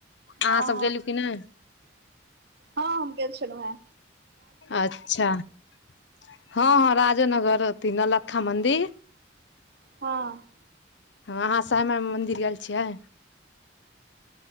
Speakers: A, on the left (about 65°); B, on the right (about 55°).
A: अहाँ
B: हँ
A: सब गेलु की नै
B: हां हम गेल छलू हे।
A: अच्छा हँ-हँ राजे नगर अथि नौल्खा मंन्दिर,
B: हँ।
A: अहाँ श्यमा मंन्दिर गेल छियै।